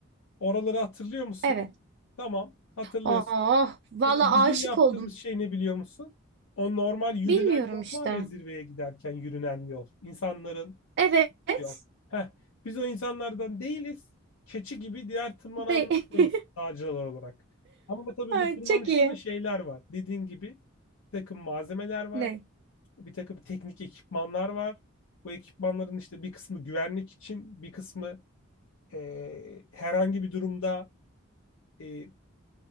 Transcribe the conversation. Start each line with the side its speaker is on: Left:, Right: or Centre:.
Left: Oraları hatırlıyor musun?
Right: Evet.
Left: Tamam, hatırlıyorsun.
Right: Ah valla
Left: Şimdi bizim
Right: aşık
Left: yaptığımız
Right: oldum.
Left: şey ne biliyor musun? O normal yürünen
Right: Bilmiyorum
Left: yol
Right: işte.
Left: var ya zirveye giderken yürünen yol. İnsanların
Right: Evet.
Left: yol. Heh, biz o insanlardan değiliz. Keçi gibi diğer tırmananlardanız
Right: De <laughs>
Left: dağcılar olarak. Ama bu tabii
Right: Ay,
Left: bu tırmanışta
Right: çok iyi.
Left: da şeyler var. Dediğin gibi bir takım malzemeler var.
Right: Ne?
Left: Bir takım teknik ekipmanlar var. Bu ekipmanların işte bir kısmı güvenlik için, bir kısmı eee, herhangi bir durumda e,